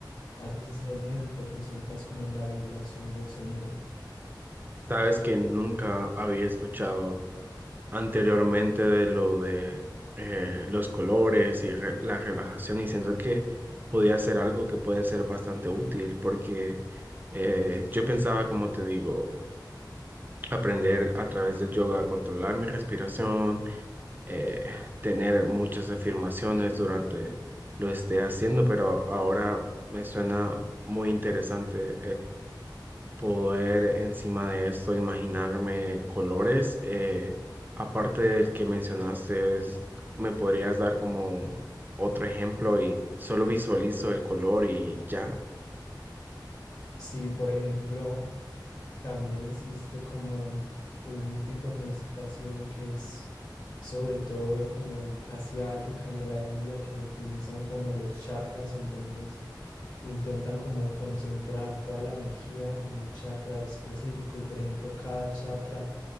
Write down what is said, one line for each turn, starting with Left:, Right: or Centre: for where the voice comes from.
Left: haces ese sonido y te concentras como en la vibración del sonido.
Right: Sabes que nunca había escuchado anteriormente de lo de eh, los colores y re- la relajación y siento que podía ser algo que puede ser bastante útil porque eh, yo pensaba, como te digo, aprender a través del yoga a controlar mi respiración, eh, tener muchas afirmaciones durante lo esté haciendo, pero ahora me suena muy interesante poder encima de esto imaginarme colores. eh, aparte del que mencionaste, es- ¿me podrías dar como otro ejemplo y solo visualizo el color y ya?
Left: Si, por ejemplo, También existe como un tipo de meditación que es sobre todo como en asiática y en la India que utilizan como los chakras, entonces intentan como concentrar toda la energía en un chakra específico y por ejemplo cada chakra